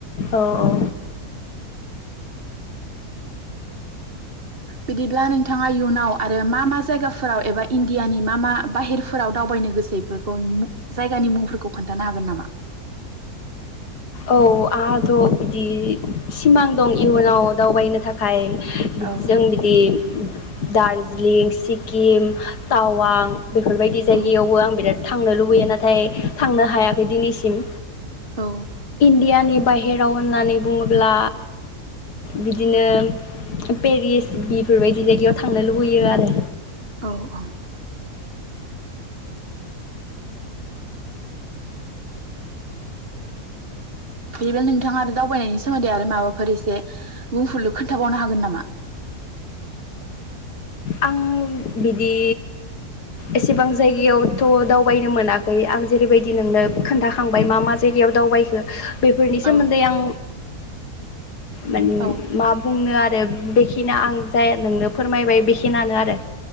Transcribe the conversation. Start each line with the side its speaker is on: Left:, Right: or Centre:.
Left: औ औ
Right: बिदिब्ला नोंथाङा इयुनाव आरो मा मा जायगाफोराव एबा इण्डियानि मा मा बाहेरफोराव दावबायनो गोसो इफोरखौ जायगानि मुंफोरखौ खोन्थानो हागोन नामा?
Left: औ आंहाथ' बिदि सिमां दं इयुनाव दावबायनो थाखाय
Right: औ
Left: जों बिदि दार्जिलिंग सिक्किम टावां बेफोरबायदि जायगायावबो
Right: औ
Left: आं बिराद थांनो लुबैयो नाथाय थांनो हायाखै दिनैसिम
Right: औ
Left: डियानि बाहेराव होननानै बुङोब्ला बिदिनो पेरिस बिफोरबायदि जायगायाव थांनो लुबैयो आरो
Right: औ औ बिदिब्ला नोंथाङा आरो दावबायनायनि सोमोन्दै आरो माबाफोर एसे बुंफलु खोन्थाबावनो हागोन नामा?
Left: आं बिदि एसेबां जायगायावथ' दावबायनो मोनाखै आं जेरैबायदि नोंनो खोन्थाखांबाय मा मा जायगायाव दावबायखो बेफोरनि सोमोन्दै
Right: औ
Left: आं मान-मा
Right: औ
Left: बुंनो आ- रो बेखिनि आं जाय नोंनो फोरमायबाय बेखि खिनानो आरो